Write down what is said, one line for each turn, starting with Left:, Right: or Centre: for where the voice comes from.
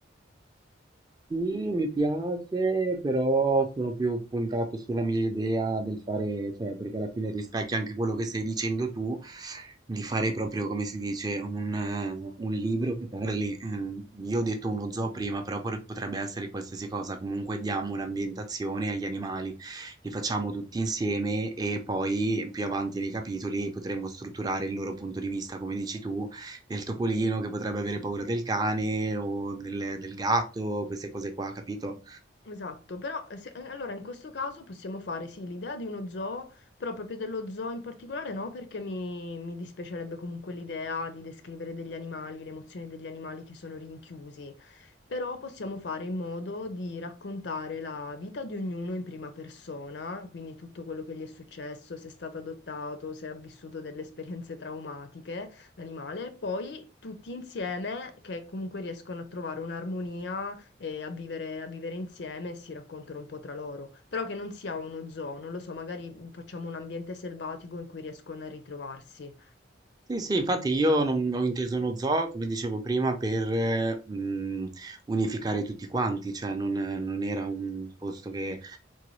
Right: Sì, mi piace, però sono più puntato sulla mia idea del fare, cioè, perché alla fine rispecchia anche quello che stai dicendo tu, di fare proprio, come si dice, un, eh, un libro che parli, ehm, io ho detto uno zoo prima, però por- potrebbe essere qualsiasi cosa, comunque diamo un'ambientazione agli animali, li facciamo tutti insieme e poi più avanti nei capitoli potremmo strutturare il loro punto di vista, come dici tu, del topolino che potrebbe avere paura del cane o del, del gatto, queste cose qua, capito?
Left: Esatto, però eh, se- eh, allora in questo caso possiamo fare sì l'idea di uno zoo, però proprio dello zoo in particolare no, perché mi, mi dispiacerebbe comunque l'idea di descrivere degli animali, le emozioni degli animali che sono rinchiusi, però possiamo fare in modo di raccontare la vita di ognuno in prima persona, quindi tutto quello che gli è successo, se è stato adottato, se ha vissuto delle esperienze traumatiche, l'animale, e poi tutti insieme che comunque riescono a trovare un'armonia eh, a vivere, a vivere insieme e si raccontano un po' tra loro. Però che non sia uno zoo, non lo so, magari facciamo un ambiente selvatico in cui riescono a ritrovarsi.
Right: Sì, sì, infatti io non ho inteso uno zoo, come dicevo prima, per eh, mh, unificare tutti quanti, cioè non, non era un posto che